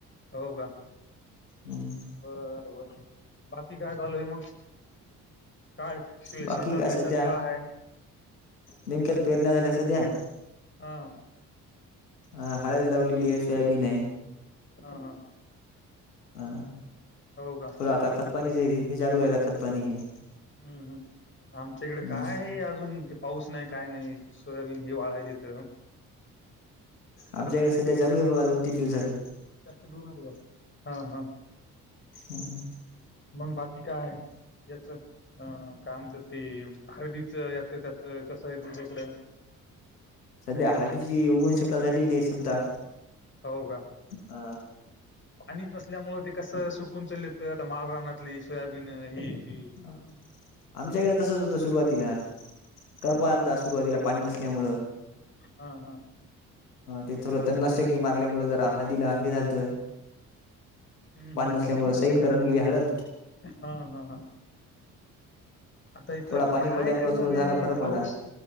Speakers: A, on the left (about 25°); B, on the left (about 90°).
A: हो.. का
B: हम्म
A: बर.. बर बाकी काय चालू आहे मग... काय? शे-
B: बाकी
A: शेतात
B: काय
A: गीतात
B: सध्या..
A: काय आहे?
B: नेमक्याच पेरण्या झाल्या सध्या
A: हा... हृ
B: ह हळद लावलेली आहे सोयाबीन आहे
A: हा हा
B: हा
A: हो.. का
B: आता खतपाणी हे चालू आहेता खतपाणी हे
A: हम्म.. हम आमच्याकडे
B: हम्म
A: काय आहे अजून पाऊस नाही काय नाही... सोयाबीन हे वाळायलेत.
B: आमच्या इकडे सध्या चालू आहे बघा दोन तीन दिवस झालं.
A: जास्त दूर नक जा हा हा
B: हम्म
A: मग बाकी काय आहे याच अ काय म्हणतात ते हळदीचं याच त्याच कसं आहे तुमच्या इकडं
B: सध्या हाडीची उगण शकता झालेली आहे समता
A: हो का?
B: अ
A: पाणीच नसल्यामुळे ते कसं सुकून चालत आता माळ रानातली सोयाबीन ही ती
B: आमच्याकडे तसच होतं सुरुवातीला कपा
A: हम्म
B: आला तर सुरुवातीला पाणी नसल्यामुळ
A: हा हा
B: तेथो त्यां नशकी मारल्यामुळ जर आह दिला हे झालं तर
A: हम्म
B: पान
A: हम्म
B: नसल्यामुं
A: हम्म हम्म
B: सैन करून गेली हळत
A: हा हा हा आता इथ
B: थोडा पाणी
A: काय
B: पडल्यामुळे
A: करणार
B: थोडा झाला
A: आहे
B: फरक
A: पाऊस
B: पडला